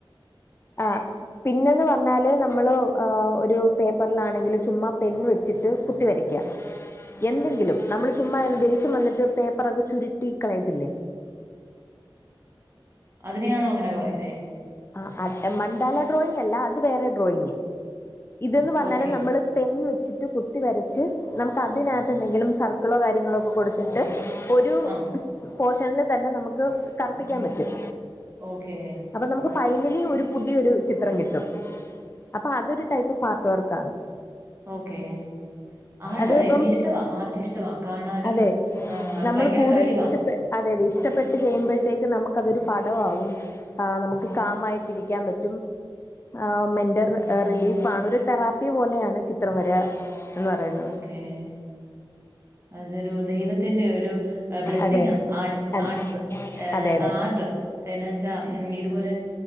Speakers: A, on the left; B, on the right.
A: ആഹ് പിന്നാന്ന് പറഞ്ഞാല് നമ്മള് ആഹ് ഒരു പേപ്പറിലാണാങ്കില് ചുമ്മാ പെൻ വെ വെച്ചിട്ട് കുത്തി വരക്ക്യാ എന്തെങ്കിലും നമ്മള് ചുമ്മാ ദേഷ്യം വന്നിട്ട് പേപ്പറൊക്കെ ചുരുട്ടി കളയത്തില്ലെ
B: അതിനെയാണോ അങ്ങനെ പറയ്ന്നേ
A: ആഹ് അഹ് മാണ്ടലാ ഡ്രോയിങ് അല്ലാ അത് വേറെ ഡ്രോയിങ്ങ് ഇതന്ന് പറഞ്ഞാല്
B: ഓക്കേ.
A: നമ്മള് പെൻ വെച്ചിട്ട് കു ത്തി വരച്ച് നമ്മക്ക് അതിനാത്ത് എന്തെങ്കിലും സർക്കിളോ കാര്യങ്ങളോ ഒക്കെ കൊട്ത്തിട്ട് ഒരു
B: ആഹ്
A: പോഷനിൽ തന്നെ നമുക്ക് കറുപ്പിക്കാൻ പറ്റും
B: ഓക്കെ
A: അപ്പൊ നമ്മക്ക് ഫൈനലി ഒര് പുതിയൊരു ചിത്രം കിട്ടും അപ്പൊ അത് ഒര് ടൈയ്പ്പ് ഒഫ് ആർട്ട് വർക്കാണ്
B: ഓക്കേ ആർട്ട്
A: അത് ഇപ്പം
B: എനിക്കിഷ്ടവാ ആർട്ട് ഇഷ്ടവാ കാണാനും
A: അതെ
B: ആഹ് അത്
A: നമ്മൾ
B: ഭയങ്കര
A: കൂടുതൽ
B: കഴിവാ
A: ഇഷ്ടപ്പെ അതെ അതെ ഇഷ്ടപ്പെട്ട് ചെയ്യുമ്പോഴത്തേക്ക് നമ്മക്ക് അതൊരു പടം ആവും ആഹ് നമ്മക്ക് കാമായിട്ട് ഇരിക്കാൻ പറ്റും ആഹ് മെന്റർ റില് സാണ് ഒര് തെറാപ്പി പോലെയാണ് ചിത്രം വര എന്ന് പറയ്ന്നാത്
B: ഏഹ് അതൊരു ദൈവത്തിന്റെ ഒരു ബ്ലെസ്സിംങ്ങാ
A: അതെ
B: ആഹ് ആട്
A: അ
B: ആട്സ് ഏഹ്
A: അതെ അതെ
B: ആർട്ട് എന്നാ വെച്ചാ ഉം ഇത്പോലെ